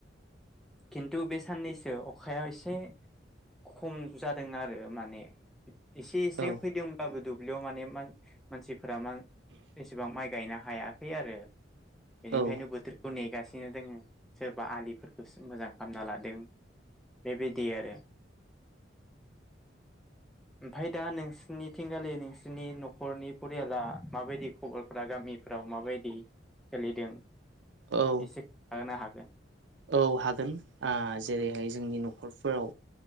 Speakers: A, in the centre; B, on the right (about 75°).
A: खिन्थु बे साननैसो अखाया एसे खम जादों आरो माने एसे एसे
B: औ
A: फैदोंबाबो दुब ब्लियाव माने मानसि फोरा मा एसेबां माइ गायनो हायाखै आरो बेनिखायनो
B: औ
A: बोथोरखौ ने गासिनो दोङो सोरबा बेफोरखौसो मोजां हामना लादों बेबायदि आरो ओमफ्राय दा नोंसोरनिथिंगालि नोंसोरनि न'खरनि फरियाला माबायदि खबरफोरा गामिफोराव माबायदि सोलिदों
B: औ
A: एसे खोन्थानो हागोन
B: औ हागोन आ जेरैहाय जोंनि न'खर फोराव